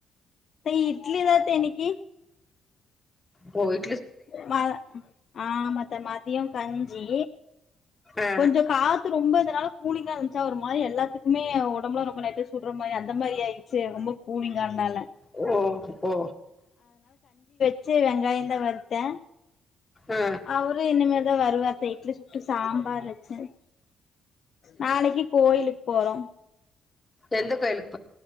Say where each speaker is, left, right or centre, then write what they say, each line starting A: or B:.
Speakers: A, on the left; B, on the left.
A: த இட்லி தா அத்த இன்னைக்கு
B: போய்
A: ம ஆமாத் த மதியோ கஞ்சி
B: ஆ
A: கொஞ்சோ காத் து ரொம்ப இதனால கூலிங்கா இருந்ச்சா ஒரு மாரி எல்லாத்துக்குமே ஒடம்புல்லா ரொம்ப லைட்டா சுட்ற மாரி அந்த மாரி ஆயிட்ச்சு ரொம்ப கூலிங்கா இர்ந்னால
B: ஓ ஓ
A: ச்சு வெங்காயந்தா வர் த்த
B: ஆ
A: அவுரு இன்னிமேல் தா வருவார்த்த இட்லி சுட்டு சாம்பார் வெச்சே நாளக்கி கோயிலுக் போறோம்
B: எந்தக் கோயிலுக்